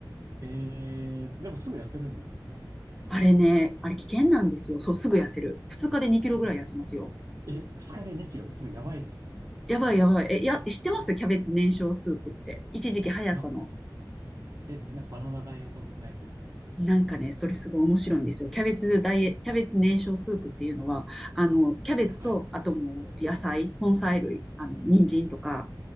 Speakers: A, on the right; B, in the centre.
A: えー、でもすぐ痩せるんじゃないですか。
B: あれね、あれ危険なんですよ。そう、すぐ痩せる。2日で2キロぐらい痩せますよ。
A: うん。え、二日で2キロ。それやばいですね。
B: やばいやばい。え、や、知ってますキャベツ燃焼スープって。一時期流行ったの。
A: いや、え、なんかバナナダイエット的なやつですか。
B: なんかね、それすごい面白いんですよ。キャベツダイエ、キャベツ燃焼スープっていうのは、あの、キャベツと、
A: はい。
B: あともう野菜、根菜類、あの、人参とか、